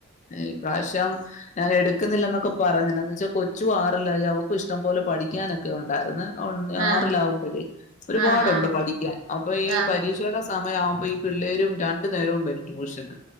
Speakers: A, on the left; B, on the right.
A: ഈ പ്രാവശ്യം ഞാൻ എടുക്കുന്നില്ലന്നൊക്കെ പറഞ്ഞന്ന് എന്നച്ചാ കൊച്ചു ആറില്ലായി അവക്ക് ഇഷ്ടം പോലെ പഠിക്കാനൊക്കെ ഉണ്ടായിരുന്നു <unintelligible>
B: ആഹ്
A: ആറിലാവുമ്പോഴേ ഒരുപാടുണ്ട്
B: ആഹ്
A: പഠിക്കാൻ അപ്പൊ ഈ
B: ആഹ് ആഹ്
A: പരീക്ഷയുടെ സമയവുമ്പോ ഈ പിള്ളേരും രണ്ടു നേരവും വരും ട്യൂഷന്